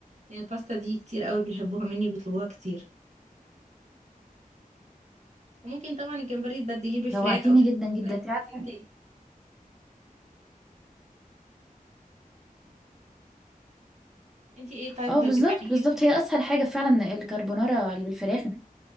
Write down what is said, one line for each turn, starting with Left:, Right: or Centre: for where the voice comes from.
Right: يعني الباستا دي كتير قوي بيحبوها مني وبيطلبوها كتير وممكن طبعا الجمبري تبدليه بفراخ
Centre: جوعتيني
Right: او تبدليه
Centre: جدا جدا انت
Right: بروتين
Centre: عارفة
Right: تاني انتي ايه طيب
Centre: اه
Right: بتعمليه
Centre: بالظبط بالظبط
Right: عشان-
Centre: هي اسهل حاجة فعلا الكربونارا اللي بالفراخ